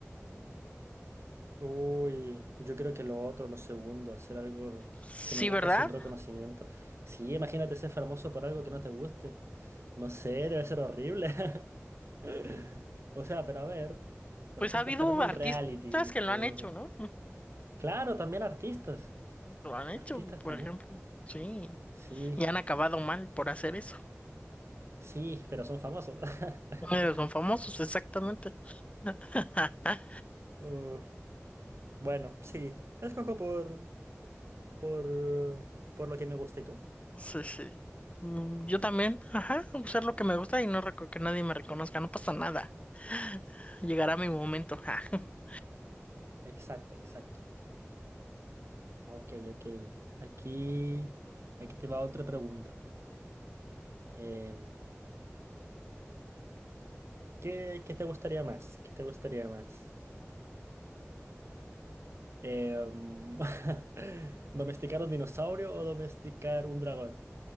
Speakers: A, on the right; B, on the left.
A: Uy, yo creo que lo otro, lo segundo, hacer algo
B: Sí,
A: que me gusta
B: ¿verdad?
A: sin reconocimiento. Sí, imagínate ser famoso por algo que no te guste. No sé, debe ser horrible. <laughs> O sea, pero a ver, por
B: Pues
A: ejemplo,
B: ha habido
A: estar en un
B: artistas
A: reality.
B: que
A: eh,
B: lo
A: por-
B: han hecho, ¿no?
A: Claro, también artistas.
B: Lo han hecho,
A: Artistas
B: por
A: también.
B: ejemplo. Sí,
A: Sí,
B: y han acabado mal por hacer eso.
A: sí, pero son famosos. <laughs>
B: Eh, son famosos, exactamente. <laughs> Ja,
A: Uh, bueno, sí, escojo por... por, por lo que me gusta. ¿Y tú?
B: sí, sí. Mm, Yo también, ajá, ser lo que me gusta y no reco- que nadie me reconozca, no pasa nada. Llegará mi momento, ja. <laughs>
A: Exacto, exacto. Ok, ok. Aquí, aquí te va otra pregunta. Em, ¿qué, qué te gustaría más? ¿Qué te gustaría más? Em, <laughs> ¿domesticar un dinosaurio o domesticar un dragón?